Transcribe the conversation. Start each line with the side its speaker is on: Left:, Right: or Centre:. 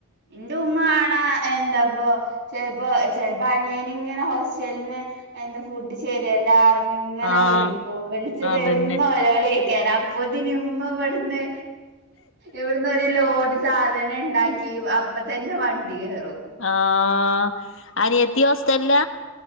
Right: ഇന്റെ ഉമ്മകാണാ എന്താ പ്പൊ ചെൽപ്പൊ ചെൽപ്പൊ അനിയന്ങ്ങനെ ഹോസ്റ്റൽന്ന് എന്റെ ഫുഡ്ഡ് ശരിയല്ലാ അറഞ്ങ്ങനെ
Left: ആ
Right: വിളിക്കും വുളിച്ച് പെരും
Left: അതന്നെ
Right: നെലോളെക്കാരം പ്പത്തിന് ഇമ്മ ഇവ്ടുന്ന് ഇവിട്ന്നൊര് ലോട് അപ്പത്തന്ന ഇണ്ടാക്കി അപ്പത്തന്നെ വണ്ടി കേറും
Left: ആഹ് അനിയത്തി ഹോസ്റ്റ്ൽല